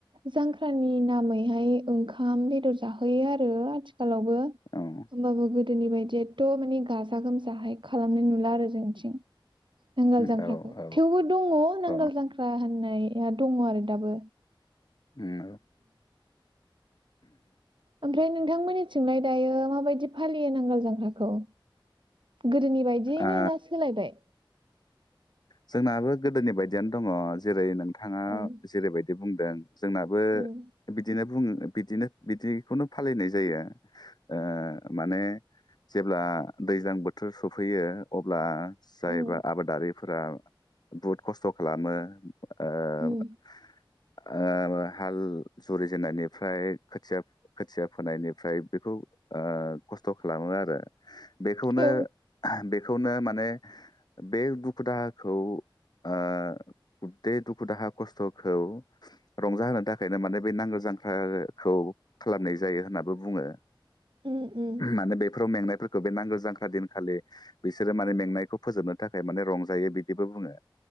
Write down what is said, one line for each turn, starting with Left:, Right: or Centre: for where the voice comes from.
Right: जांख्रानि नामैहाय ओंखाम बेदर जाहोयो आरो आथिख खालावबो होमबाबो
Left: औ
Right: गो गोदोनि बायदि एथ' माने गाजा गोमजाहाय खालामनाय नुला आरो जोंथिं। नांगोल
Left: औ
Right: जांख्राखौ
Left: औ औ
Right: थेवबो दङ नांगोल
Left: औ
Right: जांख्रा होन नै। नाया दङ आरो दाबो।
Left: उम
Right: ओमफ्राय नोंथांमोननिथिंलाय दायो माबायदि फालियो नांगोल जांख्राखौ? गोदोनि बायदियैनो
Left: आ
Right: ना सोलायबाय।
Left: जोंनाबो गोदोनि बायदियनो दङ जेरै- नों थाङा
Right: ओं
Left: जेरैबायदि बुंदों जोंनाबो
Right: उम
Left: बिदिनो बुङो। बिदिनो बिदिखौनो फालिनाय जायो ओ माने जेब्ला दैज्लां बोथोर सफैयो अब्ला। जायबा
Right: उम
Left: आबादारि। फोरा बहुद खस्थ' खालामो। ओ।
Right: उम
Left: ओ हाल जुरिजेननायनिफ्राय खोथिया खोथिया फोनायनिफ्राय बेखौ ओ खस्थ' खालामो आरो। बेखौनो
Right: औ
Left: बे खौनो माने बे बु दुखु दाहाखौ ओ गुददे दुखु दाहा खस्थ'खौ रंजाहोनो थाखायनो माने बे नांगोल जांख्राखौ खालामनाय जायो होनाबो बुङो।
Right: उम उम
Left: माने बेफोराव मेंनाय। फोरखो बे नांगोल जांख्रा दिनखालि बिसोरो माने मेंनायखौ फोजोबनो थाखाय म रं जायो बिदिबो बुङो।